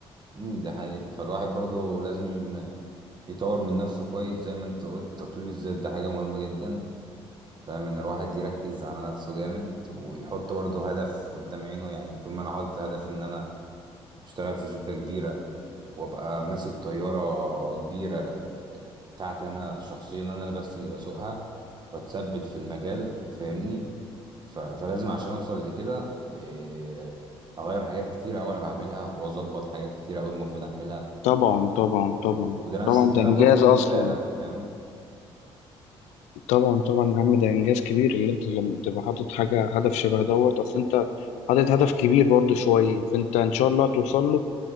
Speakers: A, on the right; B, on the left.
A: مم، ده حقيقة فالواحد برضه لازم يطور من نفسه كويس زي ما انت قلت تطوير الذات ده حاجة مهمة جدا فاهم ان الواحد يركز على نفسه جامد ويحط برضه هدف قدام عينه يعني طول ما انا حاطط هدف ان انا اشتغل في شركة كبيرة وابقى ماسك طيارة كبيرة بتاعتي انا شخصيا انا اللي بس اللي بسوقها واتثبت في المجال فاهمني ف- فلازم عشان اوصل لكده إيه، اغير حاجات كتير قوي انا بعملها واظبط حاجات كتير قوي المفروض اعملها
B: طبعا طبعا
A: فاهمني؟
B: طبعا
A: وده نفس
B: طبعا
A: الكلام
B: ده إنجاز
A: برضو بالنسبة
B: أصلا
A: لك فاهم
B: طبعا طبعا يا عم ده انجاز كبير اللي انت لما تبقى حاطط حاجه هدف شبه دوت اصل انت حاطط هدف كبير برضه شويه فانت ان شاء الله هتوصل له